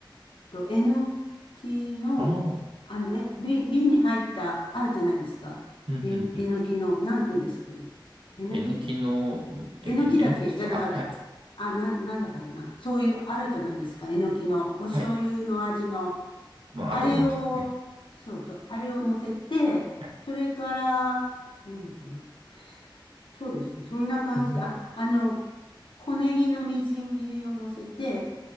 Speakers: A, on the left; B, on the right.
A: と、えのきの、
B: あうん
A: あの、え、瓶、瓶に入った、あるじゃないですか。
B: うんうん
A: え、えのきの、なんて言うんですかね。えのき
B: えのきの、うんえ、
A: えのきだっけじゃなかった。
B: ええのきですかあ、はい。
A: あ、な、なんだったっけな。そういう、あるじゃないですか。えのきの、お醤油の味の。
B: はい。まあ、
A: あれを、
B: あったと思います。はい。
A: そうそう、あれを乗せて、
B: はい。
A: それから、なんかな。そうですね。そんな感じで、
B: うん、
A: あ、あの、小ネギのみじん切りを乗せて、